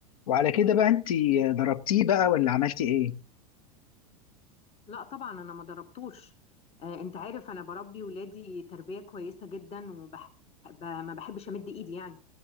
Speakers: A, on the left; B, on the left.
A: وعلى كده بقى انت ضربتيه بقى ولا عملتي ايه
B: لا طبعا انا ما ضربتوش آه، انت عارف انا بربي ولادي تربيه كويسه جدا وبح... ب... ما بحبش امد ايدي يعني